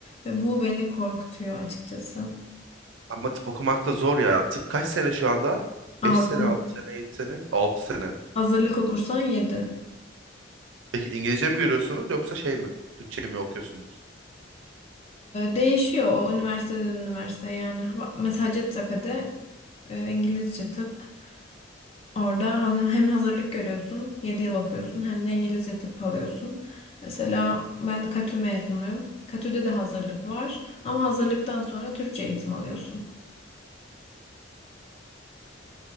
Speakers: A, on the left; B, on the right.
A: Ve bu beni korkutuyor açıkçası.
B: Ama tıp okumak da zor ya. Tıp kaç sene şu anda?
A: altı
B: 5 sene, 6 sene, 7 sene, 6 sene.
A: Hazırlık okursan 7.
B: Peki İngilizce mi görüyorsunuz yoksa şey mi? Türkçe mi okuyorsunuz?
A: değişiyor o üniversiteden üniversiteye yani. Bak, Mesela Hacettepe'de e, İngilizce tıp. Orada hani hem hazırlık görüyorsun, 7 yıl okuyorsun hem de İngilizce tıp alıyorsun. Mesela ben de KTÜ mezunuyum. KTÜ'de de hazırlık var ama hazırlıktan sonra Türkçe eğitim alıyorsun.